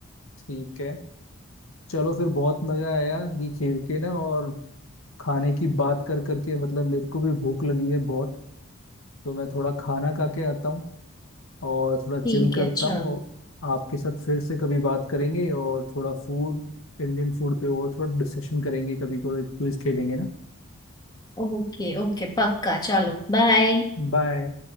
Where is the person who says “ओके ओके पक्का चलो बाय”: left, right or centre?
Left